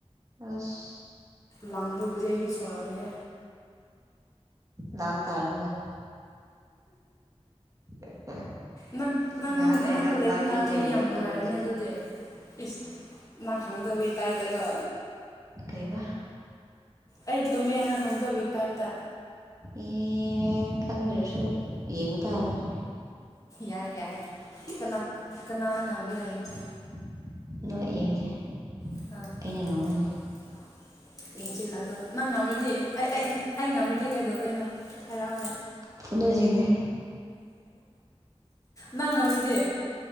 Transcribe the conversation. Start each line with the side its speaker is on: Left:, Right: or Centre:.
Right: ꯑꯁ
Left: ꯂꯥꯡꯕꯕꯨꯗꯤ ꯑꯩꯗꯤ ꯁꯥꯎꯔꯛꯀꯥꯅꯤ
Right: ꯂꯥꯡꯇꯥꯔꯦꯅꯦ <unintelligible>
Left: ꯅꯪ ꯅꯪꯒ
Right: ꯉꯥꯏꯍꯥꯛ ꯂꯩꯔꯒ
Left: ꯅꯪꯒ ꯂꯩꯕꯅ
Right: ꯂꯥꯡꯕꯤꯗꯣꯔꯤ
Left: ꯃꯤꯗꯤ ꯌꯥꯝ
Right: ꯅꯪꯗꯨꯃꯗꯤ
Left: ꯅꯨꯡꯉꯥꯏꯔꯝꯅꯤ ꯑꯗꯨꯗꯤ ꯏꯁ ꯃꯥ ꯈꯪꯒꯗꯕꯩ ꯇꯥꯏꯞꯇꯥꯀꯣ
Right: ꯀꯩꯕ
Left: ꯑꯩ ꯇꯨꯝꯃꯦꯅ ꯈꯪꯒꯗꯕꯒꯤ ꯇꯥꯏꯞꯇ
Right: ꯑꯦ ꯈꯪꯗ꯭ꯔꯁꯨ ꯌꯦꯡꯕꯥꯇꯥꯕꯅꯦ
Left: ꯌꯥꯏ ꯌꯥꯏ ꯀꯅꯥ ꯀꯅꯥ ꯉꯝꯒꯦꯔꯥ ꯌꯦꯡꯉꯣ
Right: <unintelligible>
Left: ꯑꯥ
Right: ꯑꯩꯅ ꯉꯝꯒꯅꯤ
Left: ꯌꯦꯡꯁꯤꯅ ꯑꯗꯣ ꯅꯪ ꯉꯝꯔꯥꯗꯤ ꯑꯩ ꯑꯩ ꯉꯝꯔꯥꯗꯤ ꯀꯩꯗꯧꯗꯣꯏꯅꯣ ꯍꯥꯏꯔꯛꯑꯣ
Right: ꯐꯨꯅꯁꯤꯅꯦ
Left: ꯅꯪ ꯉꯝꯔꯥꯗꯤ